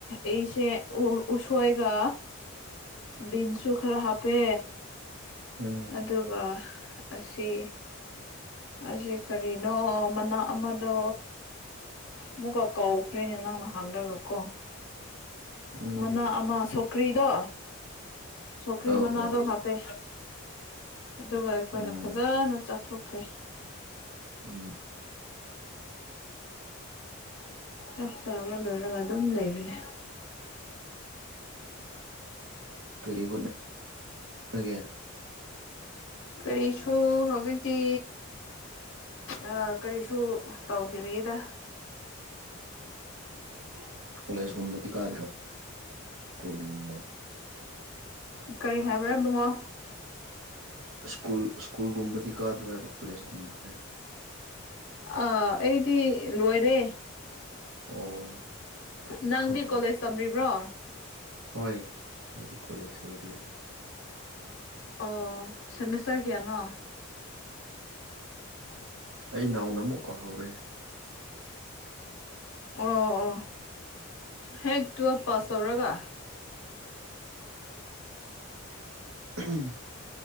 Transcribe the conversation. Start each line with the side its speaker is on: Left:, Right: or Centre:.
Left: ꯑꯩꯁꯦ ꯎꯁꯣꯏꯒ ꯕꯤꯟꯁꯨ ꯈꯔ ꯍꯥꯞꯄꯦ
Right: ꯎꯝ
Left: ꯑꯗꯨꯒ ꯑꯁꯤ ꯑꯁꯤ ꯀꯔꯤꯅꯣ ꯃꯅꯥ ꯑꯃꯗꯣ ꯃꯨꯛꯒꯥ ꯀꯧꯈ꯭ꯔꯦꯅꯦ ꯅꯪꯅ ꯍꯥꯡꯗ꯭ꯔꯒ ꯀꯣ
Right: ꯎꯝ
Left: ꯃꯅꯥ ꯑꯃ ꯁꯣꯀ꯭ꯔꯤꯗꯣ ꯁꯣꯀ꯭ꯔꯤ
Right: ꯑꯧ
Left: ꯃꯅꯥꯗꯣ
Right: ꯑꯣ
Left: ꯍꯥꯞꯄꯦ ꯑꯗꯨꯒ ꯑꯩꯈꯣꯏꯅ
Right: ꯎꯝ
Left: ꯐꯖꯅ ꯆꯥꯊꯣꯛꯈ꯭ꯔꯦ
Right: ꯎ
Left: ꯆꯥꯛꯆꯥꯥꯕ ꯂꯣꯏꯔꯒ ꯑꯗꯨꯝ ꯂꯩꯕꯅꯦ
Right: ꯀꯩꯀꯩ ꯍꯣꯠꯅꯒꯦ
Left: ꯀꯔꯤꯁꯨ ꯍꯧꯖꯤꯛꯇꯤ ꯑ ꯀꯔꯤꯁꯨ ꯇꯧꯗꯔꯤꯏꯗ ꯎ <inaudible>
Right: ꯀꯣꯂꯦꯖꯒꯨꯝꯕꯗꯤ ꯀꯥꯗ꯭ꯔꯣ ꯁ꯭ꯀꯨꯜꯒꯨꯝꯕ
Left: ꯀꯔꯤ ꯍꯥꯏꯕ꯭ꯔꯥ ꯕꯨꯡꯉꯣ
Right: ꯁ꯭ꯀꯨꯜ ꯁ꯭ꯀꯨꯜꯒꯨꯝꯕꯗꯤ ꯀꯥꯗ꯭ꯔꯣ ꯍꯥꯏꯕ ꯀꯣꯂꯦꯖꯀꯨꯝꯕ ꯍꯥꯏ
Left: ꯑꯥ ꯑꯩꯗꯤ ꯂꯣꯏꯔꯦ
Right: ꯑꯣ
Left: ꯅꯪꯗꯤ
Right: ꯍꯣ ꯍꯣ
Left: ꯀꯣꯂꯦꯖ ꯇꯝꯔꯤꯕ꯭ꯔꯣ
Right: ꯍꯣꯏ ꯑꯩꯗꯤ ꯀꯣꯂꯦꯖ ꯑꯣꯏꯔꯤꯔꯥ
Left: ꯑꯣ ꯁꯦꯃꯤꯁꯇꯔ ꯀꯌꯥꯅꯣ
Right: ꯑꯩ ꯅꯧꯅ ꯑꯃꯨꯛ ꯀꯧꯍꯧꯔꯦ
Left: ꯑꯣ ꯑꯣ ꯍꯦꯛ ꯇꯨꯋꯦꯜꯞ ꯄꯥꯁ ꯇꯧꯔꯒ
Right: ꯎꯝ <inaudible>